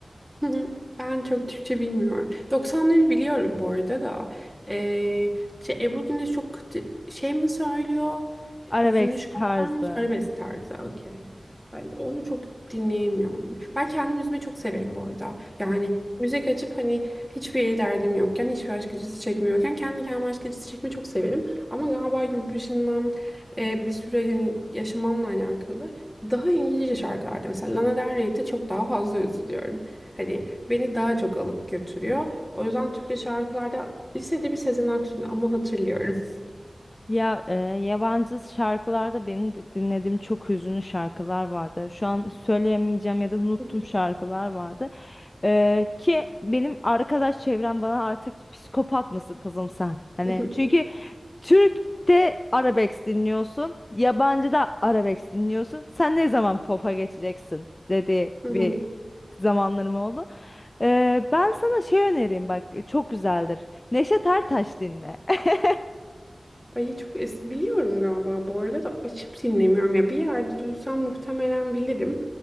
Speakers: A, in the centre; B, on the left (about 40°).
A: Hı hı. Ben çok Türkçe bilmiyorum. Doksanları biliyorum bu arada da. Ee, şey, Ebru Güneş çok kıtı- şey mi söylüyor?
B: Arabesk
A: Hüzünlü şarkılar
B: tarzı.
A: mı yoksa arabesk tarzı? Okey. Ben onu çok dinleyemiyorum. Ben kendim üzmeyi çok severim bu arada. Yani müzik açıp hani hiçbir derdim yokken, hiçbir aşk acısı çekmiyorken kendi kendime aşk acısı çekmeyi çok severim. Ama galiba yurt dışından e, bir süre hani yaşamamla alakalı daha İngilizce şarkılarda mesela Lana Del Rey'de çok daha fazla üzülüyorum. Hani beni daha çok alıp götürüyor. O yüzden Türkçe şarkılarda lisede bir Sezen Aksu'nu ama hatırlıyorum.
B: Ya e, yabancı şarkılarda benim de dinlediğim çok hüzünlü şarkılar vardı. Şu an söyleyemeyeceğim ya da unuttum
A: <laughs>
B: şarkılar vardı. E, ki benim arkadaş çevrem bana artık psikopat mısın kızım sen? Hani
A: Hı hı.
B: çünkü Türk'te arabesk dinliyorsun, yabancıda arabesk dinliyorsun. Sen ne zaman pop'a geçeceksin dedi
A: Hı
B: bir
A: hı.
B: zamanlarım oldu. Ee, ben sana şey önereyim bak çok güzeldir. Neşet Ertaş dinle. <laughs>
A: Ay çok es biliyorum galiba bu arada da açıp dinlemiyorum ya bir yerde duysam muhtemelen bilirim